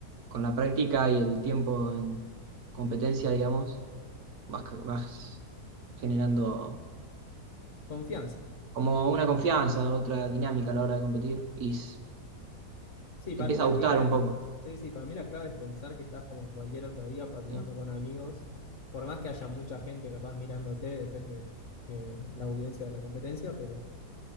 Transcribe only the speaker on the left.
Confianza.
Sí, para
mí la
clave,
sí, sí, para mí la clave es pensar que estás como en cualquier otro día patinando
con amigos, por más que haya mucha gente capaz mirándote, depende eh, la audiencia de la competencia, pero